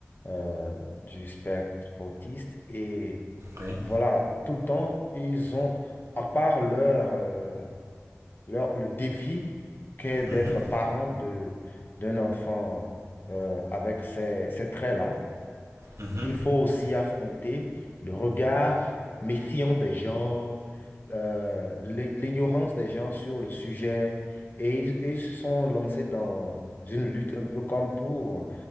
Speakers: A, on the left; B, on the right.
A: euh, du spectre autiste. Et
B: ouais,
A: voilà, tout le temps, ils ont, à part leur, euh, leur le défi qu'est d'être
B: mhm,
A: parent de, d'un enfant euh, avec ces, ces traits-là,
B: mhm,
A: il faut aussi affronter le regard méfiant des gens, euh, l'ig- l'ignorance des gens sur le sujet. Et ils, ils se sont lancés dans une lutte un peu comme pour